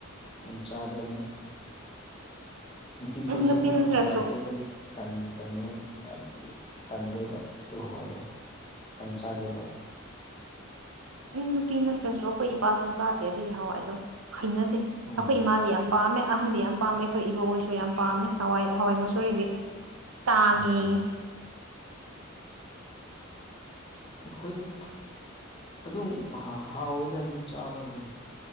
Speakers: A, on the left; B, on the right.
A: ꯌꯥꯝ ꯆꯥꯗꯕꯅꯤ ꯅꯨꯄꯤꯈꯣꯏꯁꯦ
B: ꯎꯝ ꯅꯨꯄꯤ
A: ꯑꯗꯨꯝ
B: ꯅꯠꯇ꯭ꯔꯁꯨ
A: ꯍꯋꯥꯏꯁꯦ ꯑꯗꯨꯝ ꯇꯟ ꯇꯟꯅ ꯍꯥꯏꯗꯤ ꯇꯜꯂꯦꯕ ꯑꯗꯨ ꯍ ꯍꯥꯏꯗꯣ ꯀ ꯆꯥꯗꯦꯕ
B: ꯎꯝ ꯅꯨꯄꯤ ꯅꯠꯇ꯭ꯔꯁꯨ ꯑꯩꯈꯣꯏ ꯏꯄꯥꯁꯨ ꯆꯥꯗꯦ ꯑꯗꯨꯁꯨ ꯍꯥꯎꯋꯥꯏꯗꯣ ꯍꯩꯅꯗꯦ
A: ꯎꯝ
B: ꯑꯩꯈꯣꯏ ꯏꯃꯥꯗꯤ ꯌꯥꯝ ꯄꯥꯝꯃꯦ ꯑꯍꯟꯗꯤ ꯌꯥꯝ ꯄꯥꯝꯃꯦ ꯑꯩꯈꯣꯏ ꯏꯕ ꯑꯣꯏꯁꯨ ꯌꯥꯝ ꯄꯥꯝꯃꯦ ꯍꯋꯥꯏ ꯍꯋꯥꯏ ꯃꯨꯁꯣꯔꯤꯗꯤ ꯇꯥꯉꯦ
A: ꯑꯣ ꯑꯩꯈꯣꯏꯗꯤ ꯑꯗꯨꯝ ꯍꯥꯎꯋꯦꯗꯔꯗꯤ ꯑꯗꯨꯝ ꯆꯥꯕ ꯑꯗꯨꯝ